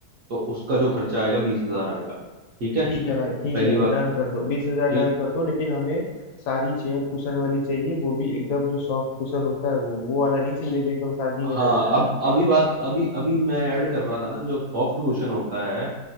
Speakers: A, on the right; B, on the left.
A: तो उसका जो खर्चा आएगा बीस हजार आएगा ठीक है
B: ठीक है भाई ठीक
A: पहली
B: है भाई
A: बात
B: डन कर दो बीस हजार
A: ठीक
B: डन कर दो लेकिन हमें सारी चेयर कुशन वाली चाहिए वो भी एकदम जो सॉफ्ट कुशन होता है वो वो वाला नहीं चाहिए जो एकदम शादी में
A: हाँ
B: रहता
A: अब
B: है
A: अभी बात अभी अभी मैं ऐड कर रहा था ना जो सॉफ्ट कुशन होता है